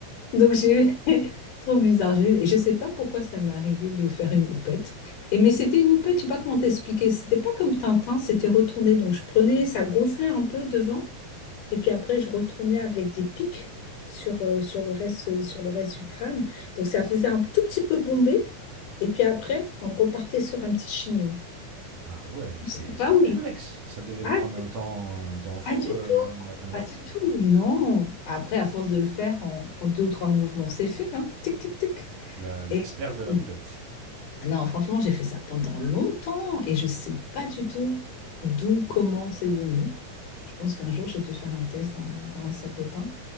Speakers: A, on the left (about 80°); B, on the right (about 70°).
A: donc, j'ai eu... <laughs> C'est trop bizarre. J'ai eu- Et je sais pas pourquoi ça m'est arrivé de faire une houppette. Et mais c'était une houppette, je sais pas comment t'expliquer. C'était pas comme Tintin, c'était retourné. Donc, je prenais, ça gonflait un peu devant. Et puis après, je retournais avec des pics sur, euh, sur le reste, euh, sur le reste du crâne. Donc ça faisait un tout petit peu bombé. Et puis après, on repartait sur un petit chignon.
B: Ah ouais, mais c'est
A: C'est
B: c'est
A: pas où
B: complexe.
A: je...
B: Ça devait
A: Ah,
B: te prendre un temps un temps fou
A: pas du
B: euh,
A: tout,
B: le matin,
A: pas
B: non?
A: du tout, non. Après, à force de le faire en, en deux ou trois mouvements, c'est fait, hein. Tic, tic, tic.
B: La- L'expert
A: Et
B: de la
A: euh,
B: houppette.
A: non, franchement, j'ai fait ça pendant longtemps et je sais pas du tout d'où, comment c'est venu. Je pense qu'un jour, j'ai dû faire un test dans la, dans la salle de bain.